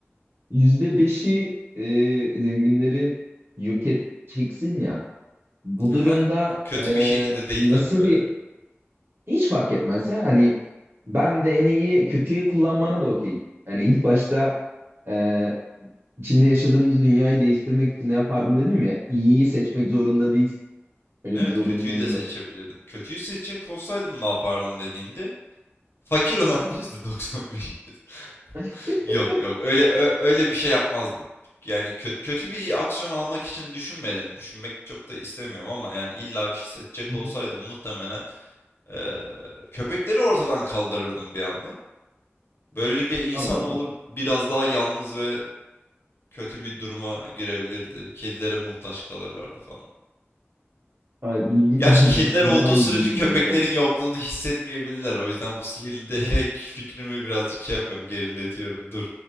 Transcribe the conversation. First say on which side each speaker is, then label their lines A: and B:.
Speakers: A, on the right (about 60°); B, on the left (about 60°).
A: yüzde beşi e, zenginleri yok edeceksin ya. Bu
B: Aha,
A: durumda
B: bu kötü
A: e,
B: bir şekilde değil tabii
A: nasıl
B: böyle.
A: bir hiç fark etmez ya. Hani ben DNA'yı kötüye kullanmana da okeyim. Yani ilk başta e, içinde yaşadığımız dünyayı değiştirmek için ne yapardın dedim ya. İyiyi seçmek zorunda değilsin. Öyle
B: Evet
A: bir zorunluluğun
B: kötüyü de
A: yok.
B: seçebilirdim. Kötüyü seçecek olsaydım ne yapardım dediğimde fakir olan <laughs> %95. <laughs>
A: <laughs>
B: Yok yok öyle ö- öyle bir şey yapmazdım. Yani kötü, kötü bir aksiyon almak için düşünmedim. Düşünmek çok da istemiyorum ama yani illa bir şey seçecek
A: Hı hı.
B: olsaydım muhtemelen Ee, köpekleri ortadan kaldırırdım bir anda. Böylelikle insanoğlu
A: Allah Allah.
B: biraz daha yalnız ve kötü bir duruma girebilirdi. Kedilere muhtaç kalırlardı falan.
A: Ha, ilginç.
B: Gerçi
A: <laughs>
B: kediler
A: Bu
B: olduğu
A: daha ilginç
B: sürece köpeklerin
A: bir cevap oldu.
B: yokluğunu hissetmeyebilirler. O yüzden bu sihirli <laughs> değnek fikrimi birazcık şey yapıyorum, geriletiyorum. Dur.